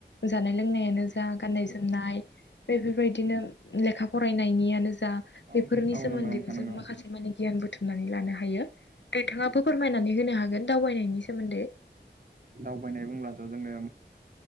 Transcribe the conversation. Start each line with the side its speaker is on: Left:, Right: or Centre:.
Left: जानाय लोंनायानो जा गाननाय जोमनाय बेफोरबायदिनो लेखा फरायनायनियानो जा
Right: औ
Left: बेफोरनि
Right: औ
Left: सोमोन्दैबो
Right: नंगौ नोंथां नंगौ
Left: जों माखासे माने गियान बुथुमनानै लानो हायो नोंथाङाबो फोरमायनानै हो नो हागोन दावबायनायनि सोमोन्दै
Right: दावबायनाय बुंब्लाथ जोंङो